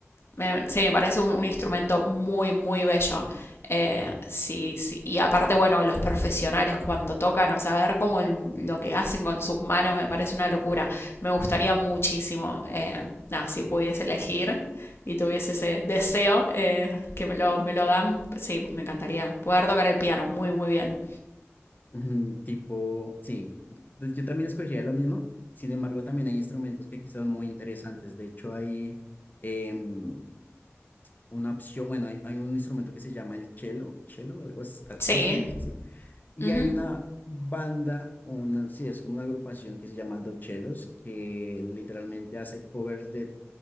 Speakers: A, on the left; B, on the left.
A: me- sí, me parece un, un instrumento muy, muy bello. Eh, sí, sí. Y aparte, bueno, los profesionales cuando tocan, o sea, ver cómo el- lo que hacen con sus manos me parece una locura. Me gustaría muchísimo, eh, nada, si pudiese elegir y tuviese ese deseo eh, que me lo, me lo dan, sí, me encantaría poder tocar el piano muy, muy bien.
B: Ujú, Tipo, sí, pues yo también escogería lo mismo, sin embargo también hay instrumentos que aquí son muy interesantes, de hecho hay em, una opción, bueno, hay, hay un instrumento que se llama el cello, cello, algo as- al-
A: Sí.
B: más o menos así, y
A: Ujú.
B: hay una banda, una, sí, es como una agrupación que se llama Dos Chelos, que literalmente hace covers de